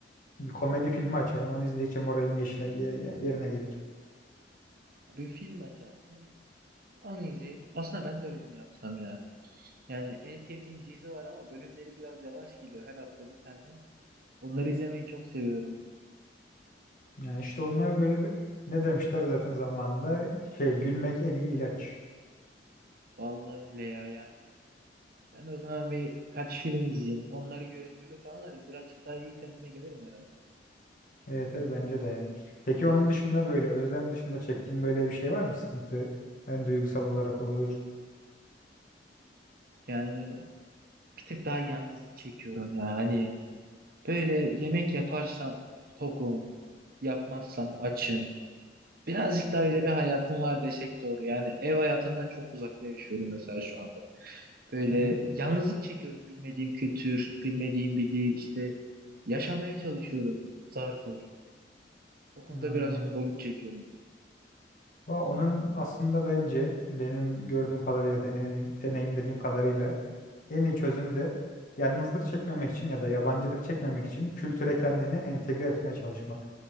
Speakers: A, on the left; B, on the right.
A: bir komedi filmi açarım. Onu izledikçe moralim yeşile- ye- ye- yerine gelir.
B: Bir film açarsın. Onu izleyip. Aslında ben de öyle mi yapsam ya? Yani en sevdiğim dizi var ama bölümleri biraz yavaş geliyor. Her hafta bir tane. Onları izlemeyi çok seviyorum.
A: Yani işte onlar böyle bir, ne demişler zaten zamanında şey gülmek en iyi ilaç.
B: Vallahi öyle ya yani. Ben o zaman bir kaç film izleyeyim. Onları görüntülü falan arayayım. Birazcık daha iyi kendime gelirim herhalde.
A: Evet, evet bence de yani. Peki onun dışında böyle özlem dışında çektiğin böyle bir şey var mı? Sıkıntı yani duygusal olarak olur.
B: Yani bir tık daha yalnızlık çekiyorum ya. Hani böyle yemek yaparsam tokum, yapmazsam açım. Birazcık daha öyle bir hayatım var desek doğru. Yani ev hayatından çok uzakta yaşıyorum mesela şu anda. Böyle
A: Hı hı,
B: yalnızlık çekiyorum. Bilmediğim kültür, bilmediğim bir dil işte yaşamaya çalışıyorum zar zor. O konuda
A: anladım.
B: birazcık zorluk çekiyorum.
A: Va- Onun aslında bence benim gördüğüm kadarıyla deneyim- deneyimlediğim kadarıyla En iyi çözümü de yalnızlık çekmemek için ya da yabancılık çekmemek için kültüre kendini entegre etmeye çalışmak.